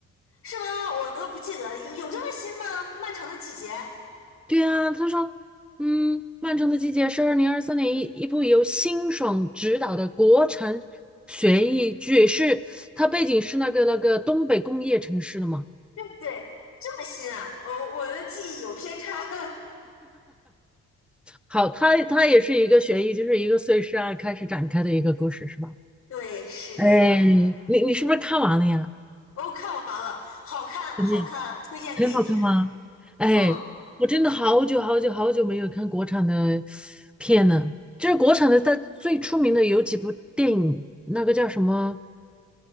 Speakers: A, on the left; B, in the centre.
A: 是吗？我都不记得，有有这么新吗？漫长的季节，
B: 对啊，他说，嗯，漫长的季节是二零二三年一一部由辛爽执导的国产悬疑剧，是它背景是那个那个东北工业城市的嘛？
A: 对对，这么新啊！哦，我的记忆有偏差。<laughs>
B: 好，它它也是一个悬疑，就是一个碎尸案开始展开的一个故事，是吧？
A: 对，是这样。
B: 哎，你你是不是看完了呀？
A: 哦，看完了，好看，
B: 怎么样？
A: 好看，推荐给你。
B: 很好看吗？哎，
A: 嗯
B: 我真的好久好久好久没有看国产的片了。就是国产的，
A: 嗯，
B: 在最出名的有几部电影，那个叫什么？